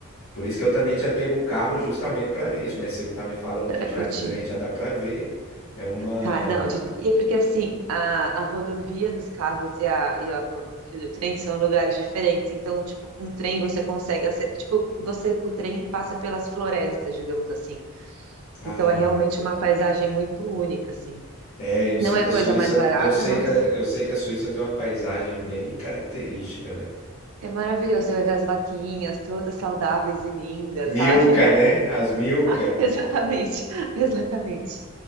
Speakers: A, on the left; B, on the right.
A: Por isso que eu também tinha pego o carro justamente para ver isso, mas você tá me falando
B: pra
A: que já
B: curtir.
A: de trem já dá para ver. É uma
B: Tá, não, de- e porque assim, a, a rodovia dos carros e, a, e a- o, o trilho do trem são lugares diferentes. Então, tipo, com o trem você consegue, ace- tipo, você, o trem passa pelas florestas, digamos assim.
A: Ah,
B: Então é realmente uma paisagem muito única, assim.
A: é, eu
B: Não
A: sei
B: é
A: que
B: a
A: a Suíça,
B: coisa mais barata,
A: eu sei
B: mas
A: que a, eu sei que a Suíça tem uma paisagem bem característica, né?
B: É maravilhoso, você vai ver as vaquinhas todas saudáveis e lindas,
A: Milka,
B: sabe?
A: né? As Milka.
B: <laughs> Exatamente, exatamente.